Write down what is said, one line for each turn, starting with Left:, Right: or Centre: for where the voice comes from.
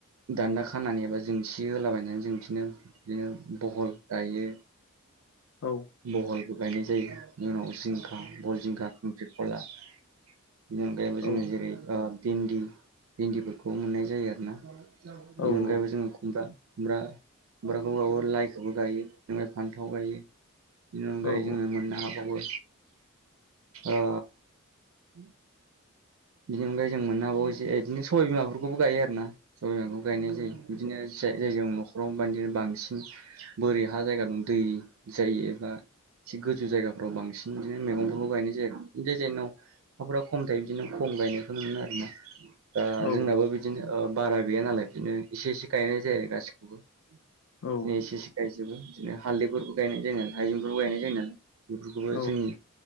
Right: दान्दा खानानै एबा जोंसि होलाबायनानै जों बिदिनो बिदिनो बहल गायो।
Left: औ
Right: बहलबो गायनाय जायो इनि उनाव जिंखा, बल, जिंखा, खांख्रिखला बेनि अनगायैबो जोङो
Left: औ
Right: जेरै ओ भिन्दि भिन्दिफोरखौ मोननाय जायो आरो ना। बेनि
Left: औ
Right: अनगायैबो जोङो खुमब्रा खुमब्रा खुमब्राखौबावो लाइखौबो गायो ओफ्राय फान्थाव गायो‌ बेनि अनगायै
Left: औ
Right: जोङो मोननो हाबावो ओ उ बिनि अनगाय जों मोननो हाबावो जे इदिनो सबाय बिमाफोरखौ‌बो गायो आरोना सबाय बिमाखौ गायनाय जायो। बिदिनो जाय जायजों न'खराव बायदिनो बांसिन बोरि हा जायगा दं दै जायो एबा एसे गोजौ जायगाफ्राव बांसिन बिदिनो मैगंफोरखौ गायनाय जायो। जाय जायनाव अखाफोरा खम थायो बिदिनो खम गायनायखौनो मोनो आरो ना दा
Left: औ
Right: जोंनाबो बि दिनो ओ बारा गैया नालाय बिदिनो एसे एसे गायनाय जायो गासिखौबो बिदिनो
Left: औ औ
Right: एसे एसे गायजोबो बिदिनो हालदैफोरबो गायनाय जायो नालाय हायजेंफोरबो गायनाय जायो नालाय बेफोरखौबो
Left: औ
Right: जोंनि